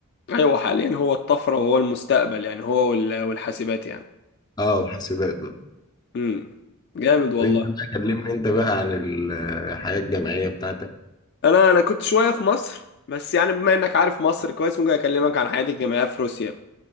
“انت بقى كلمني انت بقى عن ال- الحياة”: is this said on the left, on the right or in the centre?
Left